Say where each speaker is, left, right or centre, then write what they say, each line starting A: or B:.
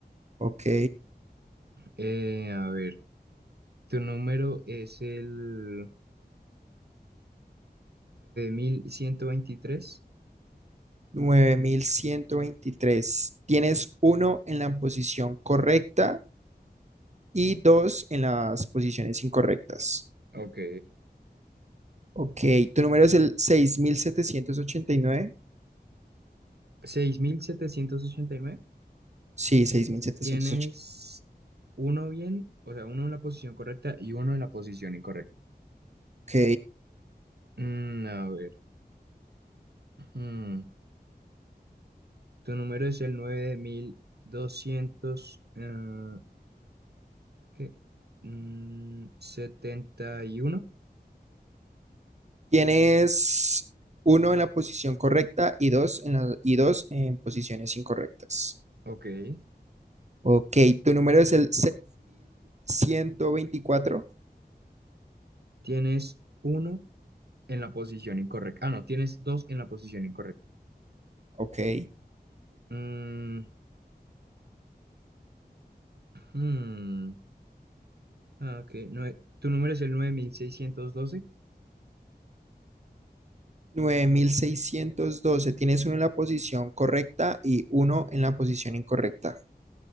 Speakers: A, on the right (about 40°); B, on the right (about 75°).
A: Ok.
B: Eh, a ver. Tu número es el 9123.
A: nueve mil ciento veintitrés. Tienes uno en la posición correcta y dos en las posiciones incorrectas.
B: Ok.
A: Ok. Tu número es el 6789.
B: seis mil setecientos ochenta y nueve.
A: Sí, 6.780.
B: Tienes uno bien, o sea, uno en la posición correcta y uno en la posición incorrecta.
A: Ok.
B: Mm, a ver. mm, Tu número es el 9200, eh, ¿qué? Mm, setenta y uno.
A: Tienes uno en la posición correcta y dos en la- y dos en posiciones incorrectas.
B: Ok.
A: Ok, tu número es el 6.124.
B: Tienes uno en la posición incorrecta. Ah, no, tienes dos en la posición incorrecta.
A: Ok.
B: Mm, hmm, ah, ok. nue- tu número es el 9612.
A: nueve mil seiscientos doce. Tienes uno en la posición correcta y uno en la posición incorrecta.